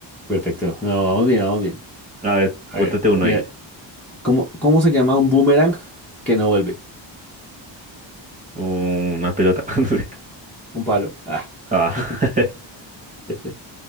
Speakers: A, in the centre; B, on the right.
A: Perfecto. No, vamos bien, vamos bien.
B: A ver,
A: A
B: pótate
A: ver.
B: uno
A: Mira,
B: ahí.
A: ¿cómo, cómo se llama un boomerang que no vuelve?
B: Una pelota. <laughs> no sé.
A: Un palo. Ah.
B: Ah.
A: <laughs> <laughs>